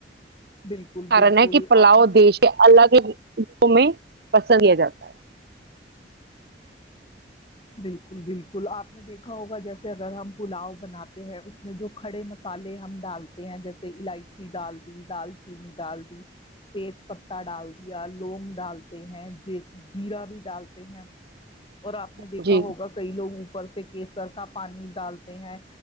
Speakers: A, on the left; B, on the right.
A: بالکل
B: کارن
A: بالکل
B: ہے کہ پلاؤ
A: آپ نے
B: دیش کے الگ الگ میں پسند کیا جاتا ہے
A: بالکل بالکل آپ نے دیکھا ہوگا جیسے اگر ہم پلاؤ بناتے ہیں جو کھڑے مسالے ہم ڈالتے ہیں جیسے الائچی ڈال دی دال چینی ڈال دی تیج پتا ڈال دیا لونگ ڈالتے ہیں جیرا بھی ڈالتے ہیں اور آپ نے
B: ہے
A: دیکھا
B: جی
A: ہوگا کئی لوگ اوپر سے کیسر کا پانی ڈالتے ہیں